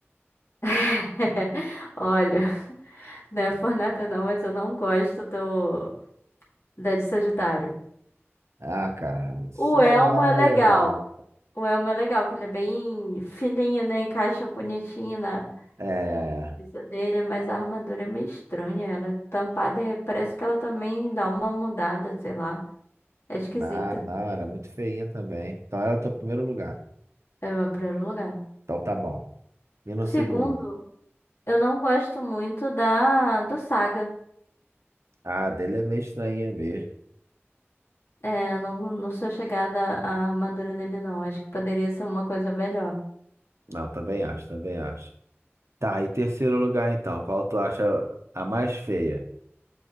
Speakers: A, on the left; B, on the right.
A: <laughs> Olha, não é por nada não, mas eu não gosto do da de Sagitário.
B: Ah, cara, só
A: O elmo
B: o alma
A: é legal.
B: é legal.
A: O elmo é legal, que ele é bem fininho, né? Encaixa bonitinho, né?
B: É, é, é. é.
A: Isso dele, mas a armadura é meio estranha. Ela é tampada e parece que ela também dá uma mudada, sei lá. É esquisita.
B: Não, não, ela é muito feinha também. Então ela é o teu primeiro lugar.
A: É o meu primeiro lugar.
B: Então tá bom. E no
A: Segundo,
B: segundo?
A: eu não gosto muito da do Saga.
B: Ah, a dele é meio estranha mesmo.
A: É, eu não, não sou chegada à armadura dele, não. Acho que poderia ser uma coisa melhor.
B: Não, também acho, também acho. Tá, e terceiro lugar então, qual tu acha a mais feia?